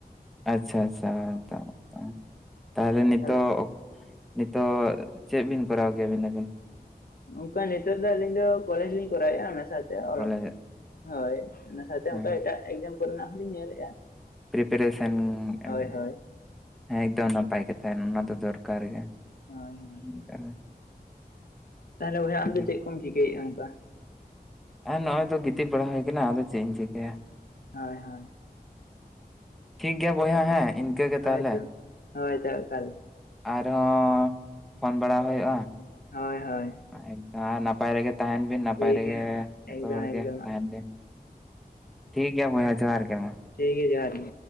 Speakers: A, in the centre; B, on the left (about 65°).
A: ᱟᱪᱪᱷᱟ ᱟᱪᱪᱷᱟ ᱮᱠᱫᱚᱢ ᱛᱟᱦᱞᱮ ᱱᱤᱛᱚᱜᱼᱼ
B: ᱛᱟᱦᱚᱞᱮ
A: ᱱᱤᱛᱚᱜ ᱪᱮᱫ ᱵᱤᱱ ᱠᱚᱨᱟᱣ ᱜᱮᱭᱟ ᱟᱹᱵᱤᱱ?
B: ᱚᱱᱠᱟ ᱱᱤᱛᱚᱜ ᱫᱚ ᱟᱹᱞᱤᱧ ᱫᱚ ᱠᱚᱞᱮᱡᱽ ᱞᱤᱧ ᱠᱚᱨᱟᱣᱼᱟ ᱚᱱᱟ ᱥᱟᱶᱛᱮ ᱚᱞᱚᱜᱼᱼ
A: ᱠᱚᱞᱮᱡᱽ
B: ᱦᱳᱭ ᱚᱱᱟ ᱥᱟᱶᱛᱮ
A: ᱦᱮᱸ
B: ᱚᱱᱠᱟ ᱮᱴᱟᱜ ᱠᱚᱨᱮᱱᱟᱜ ᱦᱚ ᱞᱤᱧ ᱧᱮᱞᱮᱫᱼᱟ᱾
A: ᱯᱤᱨᱤᱯᱟᱨᱮᱥᱮᱱ
B: ᱦᱳᱭ
A: ᱮᱠᱫᱟᱹᱵᱤᱱ
B: ᱦᱳᱭ
A: ᱦᱮᱸ ᱱᱟᱯᱟᱭ ᱠᱟᱛᱷᱟ ᱚᱱᱟ ᱫᱚ ᱫᱚᱨᱠᱟᱨ ᱜᱮ
B: <unintelligible>
A: ᱚᱱᱠᱟ
B: ᱛᱟᱦᱞᱮ ᱵᱚᱭᱦᱟ ᱟᱢ
A: ᱮᱠᱫᱚᱢ
B: ᱫᱚ ᱪᱮᱫ ᱠᱚᱢ ᱪᱤᱠᱟᱹᱭᱮᱫᱼᱟ ᱚᱱᱠᱟ?
A: ᱟᱨ ᱱᱚᱜ ᱚᱭ ᱫᱚ ᱜᱤᱛᱤᱡ ᱵᱟᱲᱟ ᱦᱩᱭ ᱟᱠᱟᱱᱟ ᱟᱫᱚ ᱪᱮᱫ ᱮᱢ ᱪᱤᱠᱟᱹᱭᱟ᱾
B: ᱦᱳᱭ ᱦᱳᱭ
A: ᱴᱷᱤᱠ ᱜᱮᱭᱟ ᱵᱚᱭᱦᱟ ᱦᱮᱸ ᱤᱱᱠᱟᱹᱜᱮ
B: ᱦᱳᱭ
A: ᱛᱟᱦᱚᱞᱮ᱾
B: ᱛᱚ ᱦᱳᱭ ᱛᱚ ᱮᱠᱟᱞ
A: ᱟᱨ ᱦᱚᱸ ᱯᱷᱳᱱ ᱵᱟᱲᱟ ᱦᱳᱭᱳᱜᱼᱟ᱾
B: ᱦᱳᱭ ᱦᱳᱭ
A: ᱮᱠᱫᱚᱢ ᱟᱨ ᱱᱟᱯᱟᱭ ᱨᱮᱜᱮ ᱛᱟᱦᱮᱱ ᱵᱤᱱ ᱱᱟᱯᱟᱭ
B: ᱴᱷᱤᱠ
A: ᱨᱮᱜᱮ
B: ᱜᱮᱭᱟ
A: ᱡᱚᱛᱚ
B: ᱮᱠᱫᱚᱢ
A: ᱦᱚᱲᱜ
B: ᱮᱠᱫᱚᱢ
A: ᱛᱟᱦᱮᱱ ᱵᱤᱱ᱾ ᱴᱷᱤᱠ ᱜᱮᱭᱟ ᱵᱚᱭᱦᱟ ᱡᱚᱦᱟᱨ ᱜᱮ ᱢᱟ᱾
B: ᱪᱷᱤᱠ ᱜᱮᱭᱟ ᱡᱚᱦᱟᱨ ᱜᱮ᱾